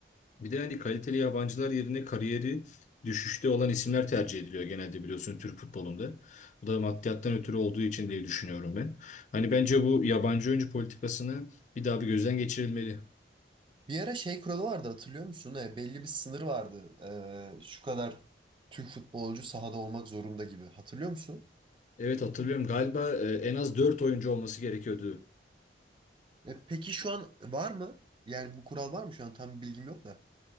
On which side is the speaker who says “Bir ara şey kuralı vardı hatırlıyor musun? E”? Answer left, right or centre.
Right